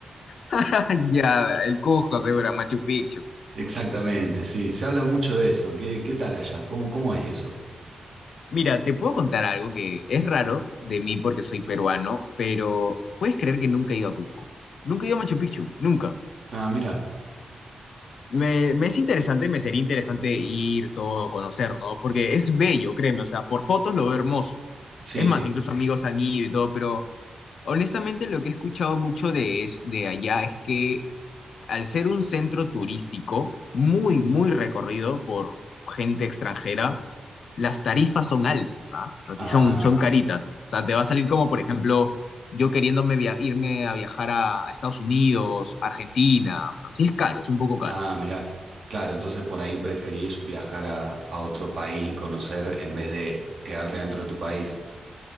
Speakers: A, on the left; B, on the right.
A: <laughs> Ya, el Cusco, seguro, Machu Picchu.
B: Exactamente, sí, se habla mucho de eso. ¿Qué, qué tal allá? ¿Cómo, cómo es eso?
A: Mira, te puedo contar algo que es raro de mí porque soy peruano, pero puedes creer que nunca he ido a Cusco. Nunca he ido a Machu Picchu, nunca.
B: Ah, mira,
A: Me, me es interesante, me sería interesante ir, todo, conocer, ¿no? Porque es bello, créeme, o sea, por fotos lo veo hermoso.
B: sí,
A: Es más,
B: sí.
A: incluso amigos han ido y todo, pero honestamente lo que he escuchado mucho de, es, de allá es que al ser un centro turístico muy, muy recorrido por gente extranjera, las tarifas son altas, ¿ah? O sea,
B: Ah,
A: sí son, son caritas. O sea, te va a salir como, por ejemplo, yo queriéndome via- irme a viajar a, a Estados Unidos, Argentina. O sea, sí es caro, es un poco caro.
B: Ah, mirá. Claro, entonces por ahí preferís viajar a, a otro país y conocer en vez de quedarte dentro de tu país.